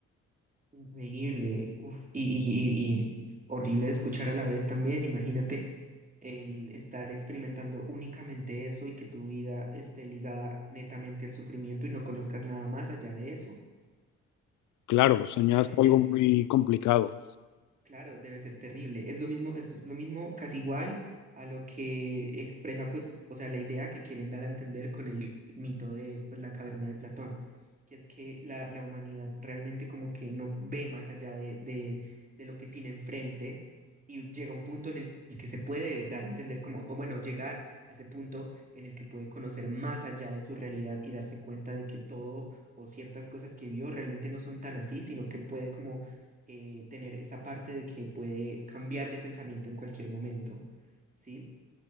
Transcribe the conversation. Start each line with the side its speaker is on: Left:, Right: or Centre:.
Right: increíble. Uf, y, y- y- y horrible de escuchar a la vez también, imagínate. el estar experimentando únicamente eso y que tu vida esté ligada netamente al sufrimiento y no conozcas nada más allá de eso.
Left: Claro,
Right: Es-
Left: se me
Right: debe,
Left: hace algo
Right: debe,
Left: muy complicado.
Right: Claro, debe ser terrible. Es lo mismo, es lo mismo, casi igual a lo que expresa, pues, o sea, la idea que quieren dar a entender con el mito de, pues, la caverna de Platón, que es que la, la humanidad realmente como que no ve más allá de, de, de lo que tiene enfrente y llega a un punto en el que se puede dar a entender como, o bueno, llegar a ese punto en el que puede conocer más allá de su realidad y darse cuenta de que todo o ciertas cosas que vio realmente no son tan así, sino que puede como eh, tener esa parte de que puede cambiar de pensamiento en cualquier momento, ¿sí?